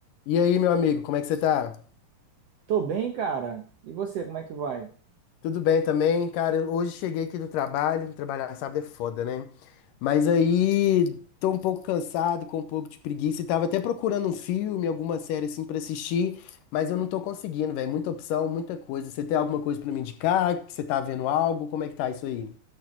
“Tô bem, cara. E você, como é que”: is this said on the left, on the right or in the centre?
Right